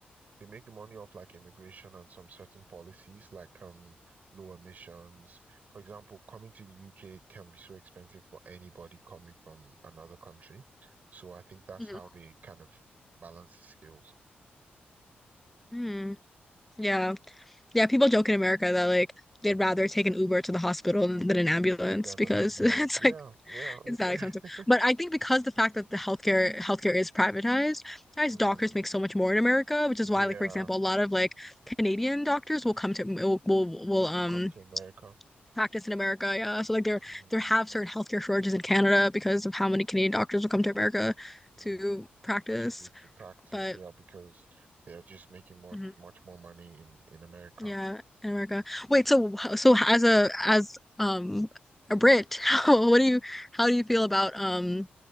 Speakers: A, on the right (about 50°); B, in the centre.
A: they make money off like immigration and some certain policies like um low emissions. For example, coming to the UK can be so expensive for anybody coming from another country. So I think that's
B: hmm
A: how they kind of balance the skills.
B: hmm Yeah. Yeah, people joke in America that like they'd
A: Mm.
B: rather take an Uber to the hospital than than an ambulance
A: Then
B: because
A: an ambulance.
B: <laughs> it's
A: Yeah,
B: like
A: yeah.
B: it's
A: it's-
B: that expensive.
A: <laughs>
B: But I think because the fact that the healthcare healthcare is privatized, guys,
A: Mm.
B: doctors make so much more in America, which
A: Yeah,
B: is why like for example, a lot of like Canadian doctors will come to will will, will um
A: come to America.
B: practice in America. Yeah, so like there
A: Mm.
B: there have certain healthcare shortages in Canada because of how many Canadian doctors will come to America
A: Mm.
B: to practice.
A: To do to practice,
B: But
A: yeah, because they're just making much
B: mhm.
A: much more money in in America.
B: Yeah, in America. Wait, so so as a as um a Brit, <laughs> how, what do you how do you feel about um